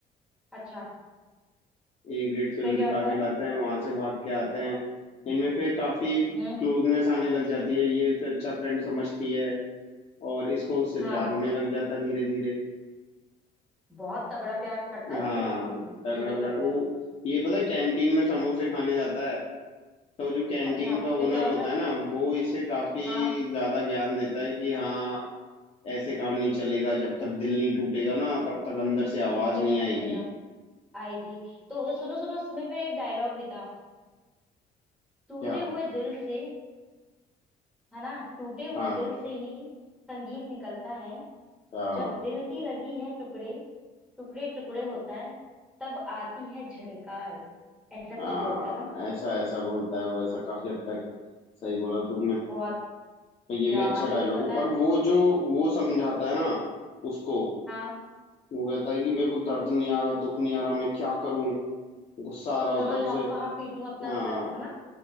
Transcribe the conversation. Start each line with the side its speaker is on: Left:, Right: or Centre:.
Centre: अच्छा
Left: ए ग्रेड फिल्म
Centre: फिर क्या
Left: दिखा
Centre: होता
Left: के लाते
Centre: है
Left: हैं वहां से भाग के आते हैं इनमें फिर काफी क्लोजनेस
Centre: हम्म
Left: आने लग जाती है ये उसे अच्छा फ्रेंड समझती है और इसको उससे
Centre: हाँ
Left: प्यार होने लग जाता है धीरे धीरे
Centre: बहुत तगड़ा प्यार करता है
Left: हाँ
Centre: सिर्फ
Left: तगड़ा
Centre: जो भी करता
Left: प्यार वो
Centre: है
Left: ये पता है कैंटीन में समोसे खाने जाता है तो जो कैंटीन
Centre: अच्छा
Left: का
Centre: फिर
Left: ओनर
Centre: क्या होता
Left: होता
Centre: है
Left: है ना वो इसे काफी
Centre: हाँ
Left: ज्यादा ज्ञान देता है कि हाँ ऐसे काम नहीं चलेगा जब तक दिल नहीं टूटेगा ना तब तक अंदर से आवाज
Centre: दिल
Left: नहीं
Centre: नहीं
Left: आएगी
Centre: टूटेगा आएगी तो सुनो सुनो उसमें फिर एक डायलॉग भी था टूटे
Left: क्या
Centre: हुए दिल से है ना टूटे हुए
Left: हाँ
Centre: दिल से ही संगीत निकलता है
Left: हाँ
Centre: जब दिल की लगी है टुकड़े टुकड़े टुकड़े होता है तब आती है झनकार ऐसा कुछ
Left: हाँ
Centre: बोलता है ना
Left: ऐसा ऐसा बोलता है वो ऐसा काफी हद तक सही बोला तुमने
Centre: बहुत
Left: पर ये
Centre: यार
Left: भी अच्छा
Centre: लेकिन
Left: डायलॉग
Centre: पता
Left: पर
Centre: है
Left: वो जो वो समझाता है ना उसको
Centre: हाँ
Left: वो कहता है कि मेरे को दर्द नहीं आ रहा दुख नहीं आ रहा मैं क्या करूं गुस्सा आ रहा
Centre: कहाँ
Left: होता है उसे
Centre: जाऊं कहाँ पीटूं अपना
Left: हाँ
Centre: सर है ना